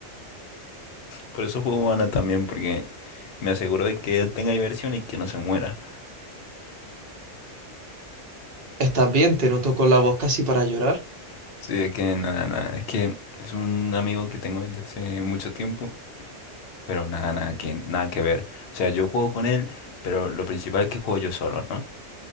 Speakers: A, on the left (about 60°); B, on the right (about 55°).
A: Por eso juego Ana también, porque me aseguro de que él tenga diversión y que no se muera.
B: ¿Estás bien? Te noto con la voz casi para llorar.
A: Sí, es que nada, nada. Es que es un amigo que tengo desde hace mucho tiempo, pero nada, nada que, nada que ver. O sea, yo juego con él, pero lo principal es que juego yo solo, ¿no?